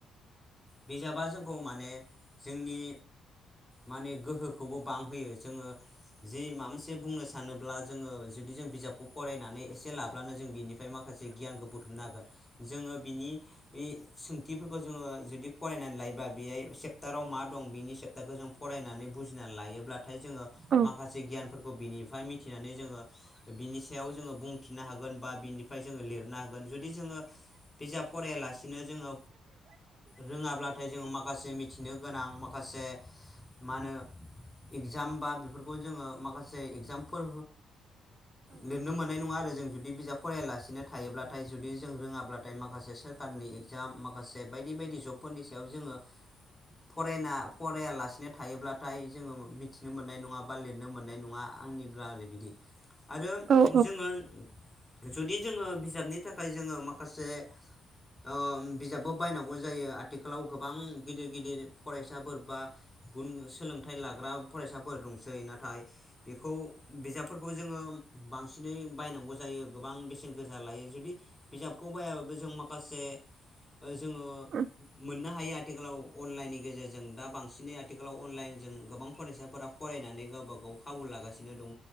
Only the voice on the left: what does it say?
बिजाबा जोंखौ माने जोंनि माने गोहोखौबो बांहोयो जोङो जि माब मोनसे बुंनोसा सानोब्ला जोङो जुदि जों बिजाबखौ फरायनानै एसे लाब अब्लानो जों बिनिफ्राय माखासे गियानखौ बुथुमनो हागोन जोङो बिनि इ सोंथिफोरखौ जोङो जुदि फरायनानै लायोब्लाा बेयाय सेप्टाराव मा दं बिनि सेप्टारखौ जों फरायनानै बुजिनानै लायोब्ला नाथाय जोङो
माखासे गियानफोरखौ बिनि हाय मिथिनानै जोङो बिनि सायाव जोङो बुंथि नो हागोन बा बिनिफ्राय जोङो लिरनो हागोन जुदि जोङो बिजाब फरायालासिनो जोङो रोङाब्लाथाय जोङो माखासे मिथिनो गोनां मा माखासे मा होनो इगजाम बा बेफोरखौ जोङो माखासे एगजामफोर लिरनो मोननाय नङा आरो। जों जुदि बिजाब फरायलासिनो थायोब्लाथाय जुदि जों रोङाब्लाथाय माखासे सोर सरकारनि एगजाम माखासे बायदि बायदि जबफोरनि सायाव जोङो फरायना फरायालासिनो थायोब्ला नाथाय जोङो मिथिनो मोननाय नङा बा लिरनो मोननाय नङा। आंनिब्ला ओरै बिदि आरो
जोङो जुदि जोङो बिजाबनि थाखाय जोङो माखासे ओ बिजाबबो बायनांगौ जायो आथिखालाव गोबां गिदिर गिदिर फरायसाफोर बा गुन सोलोंथाइ लाग्रा फरायसाफोर दंसै। नाथाय बेखौ बिजाबफोरखौ जोङो बांसिनै बायनांगौ जायो गोबां बेसेन गोसा लायो जुदि बिजाबखौ बायाबाबो जों माखासे ओ जोङो
मोननो हायो आथिखालाव अनलाइननि गेजेरजों दा बांसिनै आथिखालाव अनलाइनजों गोबां फरायसाफोरा फरायनानै गावबा गाव खाबु लागासिनो दङ